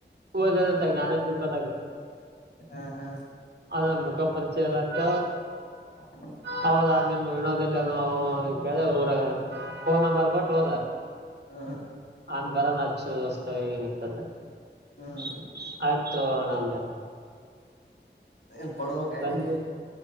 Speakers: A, on the right; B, on the left.
A: ಹೂ <unintelligible> <unintelligible>
B: ಹಾ ಹಾ
A: ಅದ್ರ ಮುಖ ಪರಿಚಯ ಎಲ್ಲ ಆತ
B: ಹ್ಮ್
A: ಹೌದ. ನಿಮ್ಮ್ ವಿನೋದದಲ್ಲಿನ ಕೆ ಊರಾಗ ಫೋನ್ ನಂಬರ್ ಕೊಟ್ಟು ಹೋದ.
B: ಹಾ
A: ಅನ್ ಬರಾನ್ ಹಚ್ಚ <unintelligible> <unintelligible>
B: ಹ್ಮ್
A: ಆಯ್ತು ಹಣ ಅಂತನ
B: ಏನ್ ಕೊಡ್ಬೇಕ
A: ಬಂದಿ
B: ನೀ